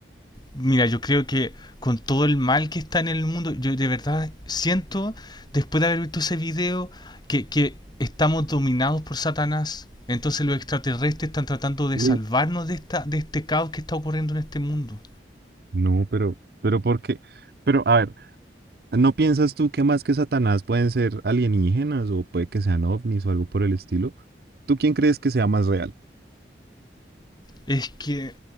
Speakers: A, on the left; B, on the right.
A: Mira, yo creo que con todo el mal que está en el mundo, yo de verdad siento, después de haber visto ese video, que, que estamos dominados por Satanás. Entonces los extraterrestres están tratando de
B: Sí.
A: salvarnos de esta, de este caos que está ocurriendo en este mundo.
B: No, pero, pero ¿por qué? Pero, a ver, ¿no piensas tú que más que Satanás pueden ser alienígenas o puede que sean ovnis o algo por el estilo? ¿Tú quién crees que sea más real?
A: Es que,